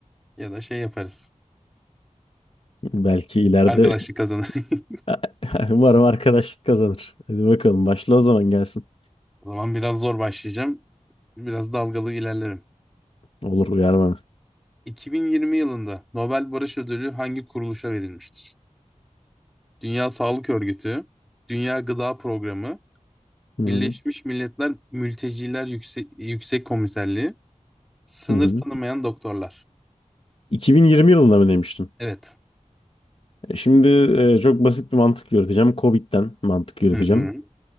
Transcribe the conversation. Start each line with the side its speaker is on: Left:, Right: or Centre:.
Centre: Ya da şey yaparız.
Left: Belki ileride
Centre: Arkadaşlık kazanır. <laughs>
Left: <laughs> umarım arkadaşlık kazanır. Hadi bakalım başla o zaman gelsin.
Centre: O zaman biraz zor başlayacağım. Biraz dalgalı ilerlerim.
Left: Olur uyar bana.
Centre: 2020 yılında Nobel Barış Ödülü hangi kuruluşa verilmiştir? Dünya Sağlık Örgütü, Dünya Gıda Programı,
Left: Hı
Centre: Birleşmiş
Left: hı.
Centre: Milletler Mülteciler Yüksek, Yüksek Komiserliği, Sınır
Left: Hı hı.
Centre: tanımayan doktorlar.
Left: 2020 yılında mı demiştin?
Centre: Evet.
Left: E, Şimdi e, çok basit bir mantık yürüteceğim. Covid'den mantık yürüteceğim.
Centre: Hı hı.